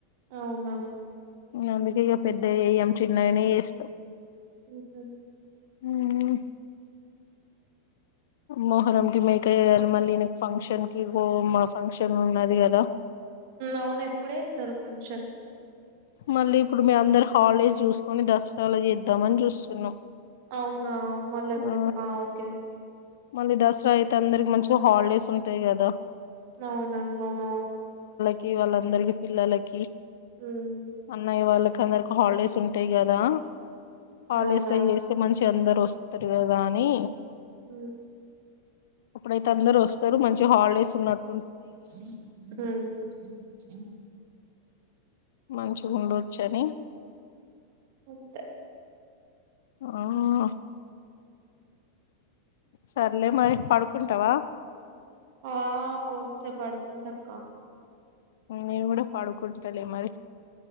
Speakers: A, on the right; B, on the left.
A: అవునా
B: అందుకే ఇక పెద్దవి చేయం చిన్నగానే చేస్తాం
A: ఉహు
B: అవునా మొహరం కి మేక చేయాలి మళ్లీ ఈయనకు ఫంక్షన్ కి ఓ అమ్మ ఫంక్షన్ ఉన్నది కదా
A: అవును ఎప్పుడు చేస్తారు ఫంక్ష
B: మళ్ళీ ఇప్పుడు మీ అందర హాలిడేస్ చూసుకొని దసరా లా చేద్దామని చూస్తున్నాం
A: అవునా మళ్ళీ వచ్చేదా
B: ఆ
A: ఓకే ఓకే
B: మళ్ళీ దసరా అయితే అందరికి మంచి హాలిడేస్ ఉంటాయి కదా
A: అవునా అవునవును
B: కి వాళ్ళందరికి పిల్లలకి
A: ఉమ్
B: అన్నయ్య వాళ్ళకి అందరికి హాలిడేస్ ఉంటాయి కదా హాలిడేస్
A: అవునా
B: లో చేేస్తే మంచిగ అందరు వస్త త్ రు కదాని
A: మ్మ్
B: అప్పుడైతే అందరు వస్తారు మంచిగా హాలిడేస్ ఉన్నట్
A: ఊ
B: మంచి ఉండొచ్చుని
A: అంతే
B: అవునా సర్లే మరి పడుకుంటావా
A: ఆ కొంచెపు పడుకుంట కుక్క
B: నేను కూడా పడుకుంటలే మరి